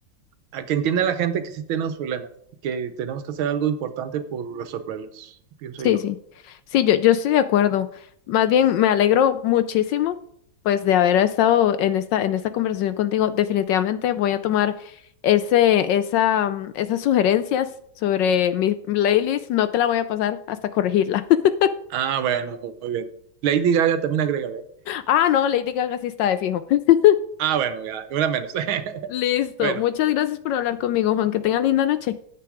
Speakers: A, on the right; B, on the left.
A: a que entienda la gente que sí tenemos problemas y que tenemos que hacer algo importante por resolverlos, pienso
B: Sí,
A: yo.
B: sí. Sí, yo, yo estoy de acuerdo. Más bien, me alegro muchísimo, pues, de haber estado en esta, en esta conversación contigo. Definitivamente voy a tomar ese, esa, mm, esas sugerencias sobre mi playlist. No te la voy a pasar hasta corregirla. <laughs>
A: Ah, bueno, muy bien. Lady Gaga también agrega
B: Ah, no, Lady Gaga sí está de fijo. <laughs>
A: Ah, bueno, ya, una menos. <laughs>
B: Listo.
A: Bueno,
B: Muchas gracias por hablar conmigo, Juan. Que tenga linda noche.